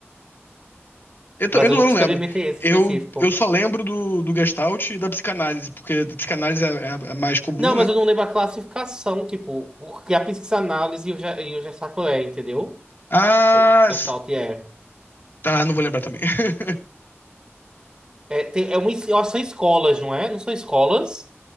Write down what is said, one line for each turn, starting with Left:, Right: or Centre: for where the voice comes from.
Left: Eu, tô-
Right: Mas
Left: eu não,
Right: eu nunca
Left: eu não
Right: experimentei
Left: lembro.
Right: esse
Left: Eu,
Right: específico.
Left: eu só lembro do, do Gestalt e da psicanálise, porque a psicanálise é, é a é a mais comum,
Right: Não,
Left: né?
Right: mas eu não lembro a classificação, tipo, o que a psicanálise e o, ge- e o Gestalt é, entendeu?
Left: Ah,
Right: Ou Gestalt
Left: s-
Right: é.
Left: tá, não vou lembrar também. <laughs>
Right: É, tem, é uma, es- eu acho que são escolas, não é? Não são escolas?